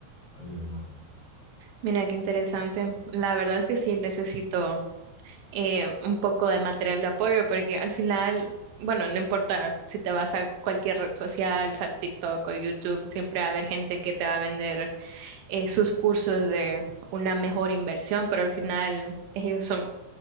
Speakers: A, on the left; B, on the right.
A: a leer más.
B: Mira, qué interesante. La verdad es que sí necesito eh, un poco de material de apoyo porque al final, bueno, no importa si te vas a cualquier red social, o sea, TikTok o YouTube, siempre va a haber gente que te va a vender eh, sus cursos de una mejor inversión, pero al final ellos son